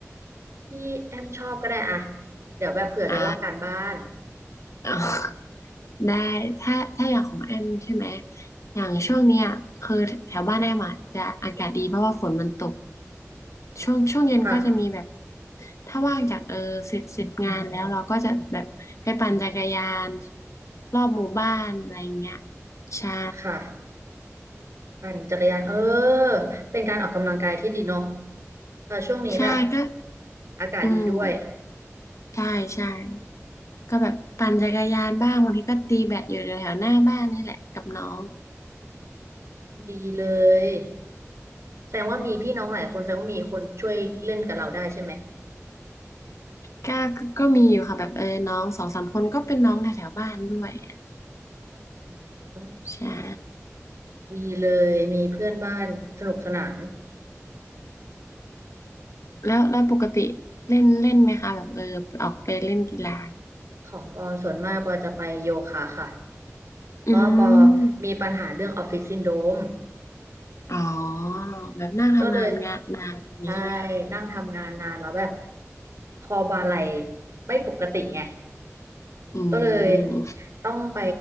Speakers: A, on the right; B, on the left.
A: ที่แอมชอบก็ได้อะเดี๋ยวแบบเผื่อจะลอกการบ้าน
B: อ่า <laughs> เอา <laughs> ได้ถ้าถ้าอย่างของแอมใช่ไหมอย่างช่วงเนี้ยคือแถวบ้านแอมอะจะอากาศดีเพราะว่าฝนมันตก
A: อืม
B: ช่วงช่วงเย็นก็จะมีแบบ
A: ค่ะ
B: ถ้าว่างจากเออเสร็จเสร็จงานแล้วเราก็จะแบบไปปั่นจักรยานรอบหมู่บ้านอะไรอย่างเงี้ยใช่
A: ค่ะ ปั่นจักรยานเออเป็นการออกกำลังกายที่ดีเนาะแต่ช่วงนี้แบบ
B: ใช่ก็
A: อากาศดีด้วย
B: อืมใช่ใช่ก็แบบปั่นจักรยานบ้างบางทีก็ตีแบดอยู่แถวๆหน้าบ้านนี่แหละกับน้อง
A: อืมดีเลยแสดงว่ามีพี่น้องหลายคนแสดงว่ามีคนช่วยเล่นกับเราได้ใช่ไหม
B: ก็ก็ก็มีอยู่ค่ะแบบเออน้องสองสามคนก็เป็นน้องแถวแถวบ้านด้วยอะ
A: อืม
B: ใช่
A: ดีเลยมีเพื่อนบ้านสนุกสนาน
B: แล้วแล้วปกติเล่นเล่นไหมคะแบบเออออกไปเล่นกีฬา
A: ของปอส่วนมากปอจะไปโยคะค่ะเพราะว่าปอ
B: อืม
A: มีปัญหาเรื่องออฟฟิศซินโดรม
B: อ๋อแบบนั่งทำงานงานนานแบบนี้ใช่ไหมคะ
A: ก็เลยใช่นั่งทำงานนานแล้วแบบคอบ่าไหล่ไม่ปกติไง
B: อื
A: ก็เลย
B: ม
A: ต้องไป